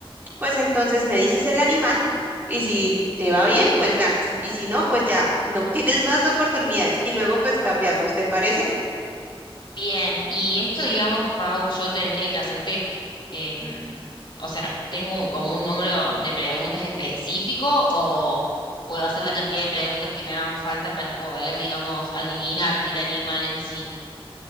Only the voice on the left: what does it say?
Bien, y esto, digamos, Pau, yo tendría que hacerte, em, o sea, ¿tengo como un número de preguntas específico o puedo hacer la cantidad de preguntas que me hagan falta para poder, digamos, adivinar el animal en sí?